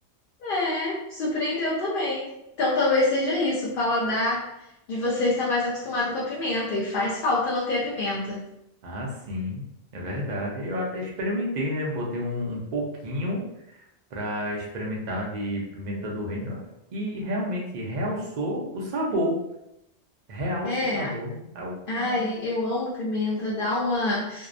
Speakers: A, on the left; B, on the right.
A: É, surpreendeu também. Então talvez seja isso, o paladar de você está mais acostumado com a pimenta e faz falta não ter a pimenta.
B: Ah, sim, é verdade. Eu até experimentei, né? Botei um, um pouquinho para experimentar de pimenta do reino e realmente realçou o sabor. Realça
A: É,
B: o sabor. Ah, o cara.
A: ai, eu amo pimenta, dá uma